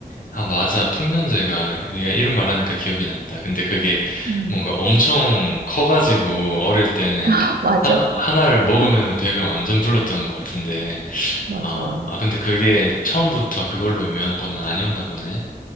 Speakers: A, on the left (about 60°); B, on the right (about 85°).
A: 아, 맞아. 풍년제가 네가 이름 말하니까 기억이 난다. 근데 그게
B: 음.
A: 뭔가 엄청 커가지고 어릴 때는
B: <laughs> 맞아.
A: 하나, 하나를 먹으면
B: <laughs>
A: 배가 완전 불렀던 것 같은데
B: 맞아.
A: 아, 아, 근데 그게 처음부터 그걸로 유명한 거는 아니었나 보네.